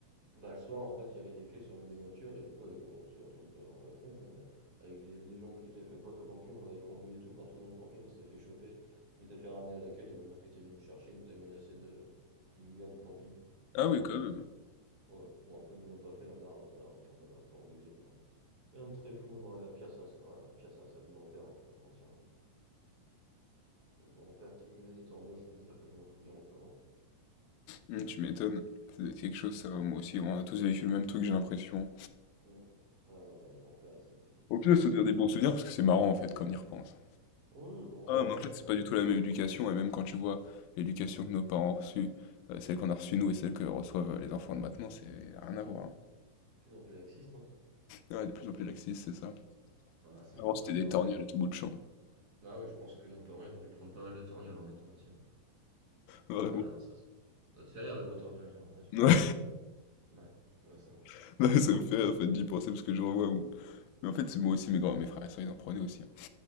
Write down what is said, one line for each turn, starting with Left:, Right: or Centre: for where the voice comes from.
Right: Bah, le soir, en fait, il y avait des clés sur une des voitures, et du coup, avec, bon, c'est un truc de à la con, hein, mais avec des, des gens que j'étais fait pote au camping, on avait conduit et tout partout dans le camping, on s'était fait choper. Je m'étais fait ramener à l'accueil, et ma mère qui était venue me chercher, ils nous avait menacé de qu'ils nous virent du camping. Bon,
Left: Ah oui,
Right: voilà,
Left: quand
Right: un truc.
Left: même.
Right: Ouais. Bon, après, ils nous l'ont pas fait, ma mère, elle m'a pas, elle m'avait un peu engueulé, mais. hein. Rien de très fou, non, et la pièce reste, quoi la pièce à la salle du grand-père, hein, je vais pas te mentir. hein. Le grand-père qui me met des tornios, je peux te dire que je m'en souviens encore.
Left: Mmh, tu m'étonnes. Ça doit être quelque chose, ça. Moi aussi, on a tous vécu le même truc, j'ai l'impression.
Right: hein. Mm. Ah, non, les grands-pères, ils étaient, ils,
Left: Au pire,
Right: ils
Left: ça
Right: étaient
Left: devient
Right: fous.
Left: des bons souvenirs parce que c'est marrant en fait quand on y repense.
Right: Oui, quand, ouais,
Left: Ah, mais en fait,
Right: quand-
Left: c'est pas
Right: ouais,
Left: du
Right: de
Left: tout la même éducation, et même quand tu vois l'éducation que nos parents ont reçue, euh, celle qu'on a reçue nous et celle que reçoivent euh, les enfants de maintenant, c'est rien à voir. hein.
Right: plus en plus laxiste.
Left: Ouais, de plus en plus laxiste, c'est ça.
Right: Ah, c'est
Left: Avant,
Right: beau.
Left: c'était des
Right: Ah
Left: torgnoles
Right: oui.
Left: à tout bout de champ.
Right: Ah oui, je pense que nos parents, ils ont dû prendre pas mal de torgnoles en étant petits. hein.
Left: Vraiment.
Right: Ouais, non, ça, ça doit te faire rire le mot torgnole, j'ai l'impression.
Left: Ouais,
Right: Ouais, je vois ça.
Left: <laughs> non, ça
Right: Ouais,
Left: me fait rire en fait d'y penser parce que je revois. mon- Mais en fait, c'est moi aussi, mes grands, mes frères et sœurs, ils en prenaient aussi. hein.